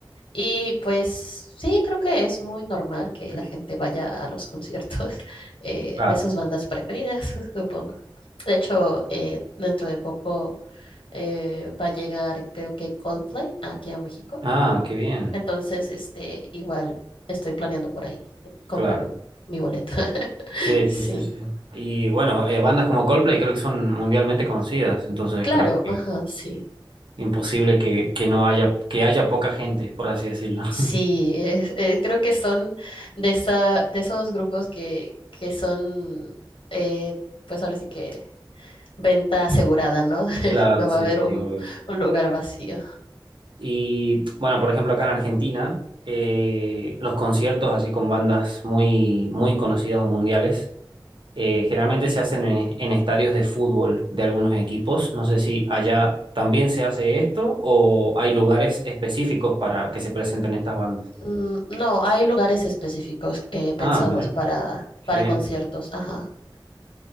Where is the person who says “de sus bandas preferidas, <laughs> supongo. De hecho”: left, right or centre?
Left